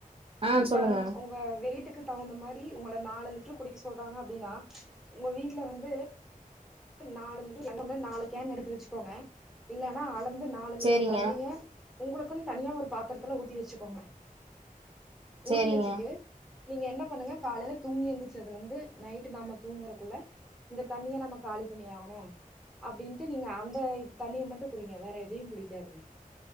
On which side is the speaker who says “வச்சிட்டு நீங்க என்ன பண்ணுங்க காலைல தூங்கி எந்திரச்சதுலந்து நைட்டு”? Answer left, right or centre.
Centre